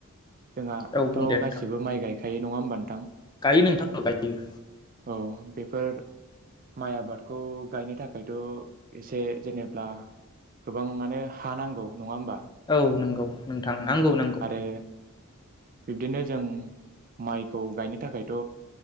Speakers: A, on the right; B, on the left.
A: जोंहाथ'
B: औ बुं दे नोंथां
A: गासिबो माइ गाय हायो नङा होमबा नोंथां?
B: गायो नोंथां गायो।
A: औ बेफोर माइ आबाद। खौ गायनो थाखायथ' एसे जेनेब्ला गोबाङानो हा नांगौ नङा होमबा।
B: औ नंगौ नोंथां
A: औ
B: नंगौ नंगौ।
A: आरो बिब्दिनो जों माइखौ गायनो थाखायथ'